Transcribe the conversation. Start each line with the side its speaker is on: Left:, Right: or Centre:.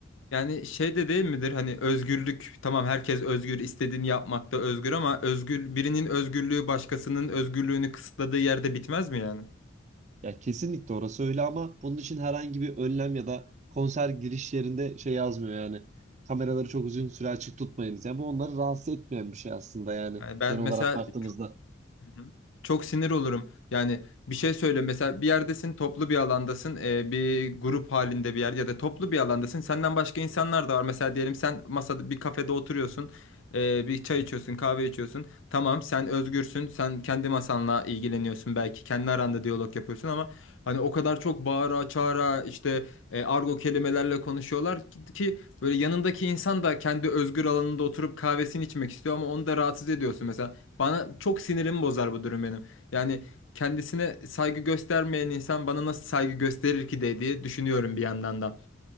Left: Yani şey de değil midir hani özgürlük tamam herkes özgür istediğini yapmakta özgür ama özgür birinin özgürlüğü başkasının özgürlüğünü kısıtladığı yerde bitmez mi yani?
Right: Ya kesinlikle orası öyle ama bunun için herhangi bir önlem ya da konser giriş yerinde şey yazmıyor yani. Kameraları çok uzun süre açık tutmayınız. Yani bu onları rahatsız etmeyen bir şey aslında yani
Left: Yani ben
Right: genel
Left: mesela
Right: olarak baktığımızda.
Left: çok, Hı hı. çok sinir olurum yani bir şey söyle mesela bir yerdesin toplu bir alandasın e, bir grup halinde bir yer ya da toplu bir alandasın senden başka insanlar da var mesela diyelim sen masada bir kafede oturuyorsun e, bir çay içiyorsun kahve içiyorsun. Tamam sen özgürsün. Sen kendi masanla ilgileniyorsun belki. Kendi aranda diyalog yapıyorsun ama hani o kadar çok bağıra çağıra işte e, argo kelimelerle konuşuyorlar ki, ki böyle yanındaki insan da kendi özgür alanında oturup kahvesini içmek istiyor ama onu da rahatsız ediyorsun. Mesela bana çok sinirimi bozar bu durum benim. Yani kendisine saygı göstermeyen insan bana nasıl saygı gösterir ki dediği düşünüyorum bir yandan da.